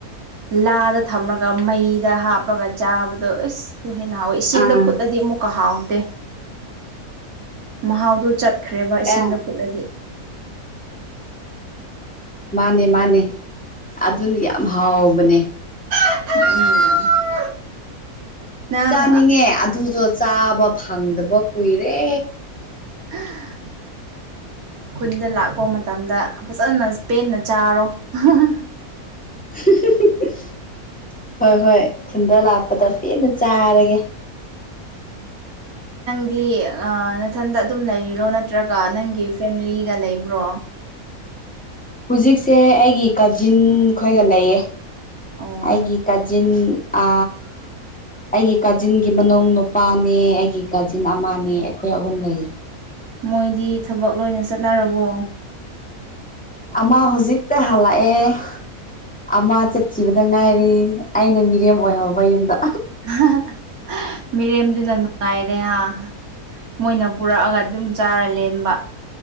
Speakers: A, on the right; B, in the centre.
A: ꯂꯥꯗ ꯊꯝꯔꯒ ꯃꯩꯗ ꯍꯥꯞꯔꯒ ꯆꯥꯕꯗꯣ ꯑꯁꯇꯨ ꯍꯦꯟꯅ ꯍꯥꯎꯋꯦ ꯏꯁꯤꯡꯗ
B: ꯑꯥ
A: ꯐꯨꯠꯂꯗꯤ ꯑꯃꯨꯛꯀ ꯍꯥꯎꯇꯦ꯫ ꯃꯍꯥꯎꯗꯨ ꯆꯠꯈ꯭ꯔꯦꯕ ꯏꯁꯤꯡꯗ
B: ꯎꯝ
A: ꯐꯨꯠꯂꯗꯤ꯫
B: ꯃꯥꯅꯦ ꯃꯥꯅꯦ ꯑꯗꯨꯅ ꯌꯥꯝ ꯍꯥꯎꯕꯅꯦ꯫
A: <unintelligible> ꯅꯪ
B: ꯆꯥꯅꯤꯡꯉꯦ ꯑꯗꯨꯗꯣ ꯆꯥꯕ ꯐꯪꯗꯕ ꯀꯨꯏꯔꯦ꯫
A: <unintelligible> ꯈꯨꯟꯗ ꯂꯥꯛꯄ ꯃꯇꯝꯗ ꯐꯖꯅ ꯄꯦꯟꯅ ꯆꯥꯔꯣ <unintelligible>
B: <unintelligible> ꯍꯣꯏ ꯍꯣꯏ ꯈꯨꯟꯗ ꯂꯥꯛꯄꯗ ꯄꯦꯟꯅ ꯆꯥꯔꯒꯦ꯫
A: ꯃꯤ ꯑ ꯅꯊꯟꯗ ꯑꯗꯨꯝ ꯂꯩꯔꯤꯔꯣ ꯅꯠꯇ꯭ꯔꯒ ꯅꯪꯒꯤ ꯐꯦꯃꯤꯂꯤꯒ ꯂꯩꯕ꯭ꯔꯣ?
B: ꯍꯨꯖꯤꯛꯁꯦ ꯑꯩꯒꯤ ꯀꯥꯖꯤꯟ ꯈꯣꯏꯒ ꯂꯩꯌꯦ꯫
A: ꯑꯣ
B: ꯑꯩꯒꯤ ꯀꯖꯤꯟ ꯑ ꯑꯩꯒꯤ ꯀꯥꯖꯤꯟꯒꯤ ꯃꯅꯨꯡ ꯅꯨꯄꯥꯅꯦ ꯑꯩꯒꯤ ꯀꯥꯖꯤꯟ ꯑꯃꯅꯦ ꯑꯩꯈꯣꯏ ꯑꯍꯨꯝ ꯂꯩꯌꯦ꯫
A: ꯃꯣꯏꯗꯤ ꯊꯕꯛ ꯂꯣꯏꯅ ꯆꯠꯅꯔꯕꯣ?
B: ꯑꯃꯥ ꯍꯨꯖꯤꯛꯇꯥ ꯍꯂꯥꯑꯦ꯫ ꯑꯃ ꯆꯠꯈꯤꯕꯗ ꯉꯥꯏꯔꯤ ꯑꯩꯅ ꯃꯤꯔꯦꯝ ꯑꯣꯏꯍꯧꯕ ꯌꯨꯝꯗ꯫
A: <unintelligible> ꯃꯤꯔꯦꯝꯗꯨꯅ ꯅꯨꯡꯉꯥꯏꯔꯦ ꯑꯥ꯫ ꯃꯣꯏꯅ ꯄꯨꯔꯛꯑꯒ ꯗꯨꯝ ꯆꯥꯔ ꯂꯦꯟꯕ꯫